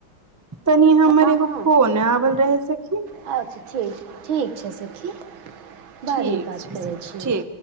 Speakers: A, on the right; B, on the right.
A: तनि हमर
B: हँ
A: एगो
B: हँ
A: फोन आवल रहे सखि
B: अच्छा ठीक ठीक छैइ सखी बादमें
A: ठीक
B: बात
A: छै
B: करै
A: सखी
B: छियै
A: ठीक